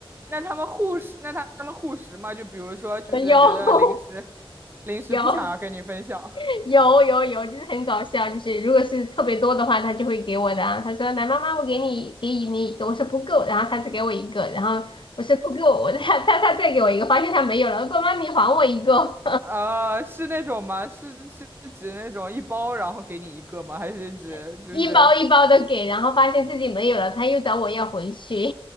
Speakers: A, on the right; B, on the left.
A: 那他们护食，那他们护食嘛？就比如说，
B: <laughs>
A: 就是觉得零食，
B: 有 <laughs>
A: 零食不想要跟你分享。
B: 有，<laughs> 有有有，就是很搞笑，就是如果是特别多的话，他就会给我的啊。他说：“来，妈妈，我给你给你一个我说：“不够。”然后他只给我一个，然后我说：“不够。”我 <laughs> 他他他再给我一个，发现他没有了，爸妈你还我一个，
A: 啊，是那种吗？是是是指那种一包然后给你一个吗？还是指就是
B: <laughs> 一包一包的给，然后发现自己没有了，他又找我要回去。